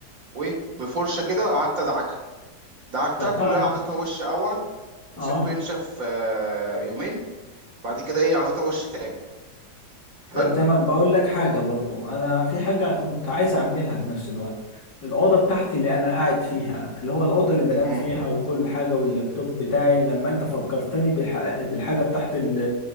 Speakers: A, on the right (about 55°); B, on the left (about 55°).
A: وايه بفرشه كده قعدت ادعكها دعكتها
B: طب
A: كلها
B: تعرف
A: اعطيتها وش اول وسبته
B: اه
A: ينشف آه، يومين بعد كده ايه اعطيتها وش تاني حلو
B: طب تمام بقول لك حاجة برضو انا في حاجة كنت عايز اعملها في نفس الوقت الأوضة بتاعتي اللي أنا قاعد فيها اللي هو الأوضة اللي بنام
A: مم.
B: فيها وكل حاجة واللابتوب بتاعي لما أنت فكرتني بالح... بالحاجة بتاعت ال-